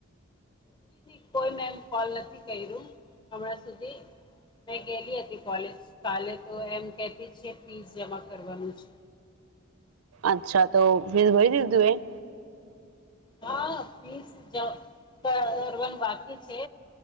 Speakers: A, on the left; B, on the right.
A: નહીં કોઈ મેમ કોલ નથી કર્યું હમણાં સુધી મેં ગેલી હતી કોલેજ કાલે તો એમ કહેતી છે ફીસ જમા કરવાનું છે.
B: અચ્છા તો ફિર ભરી દીધું તે એ?
A: હા ફીઝ જ ભરવાનું બાકી છે.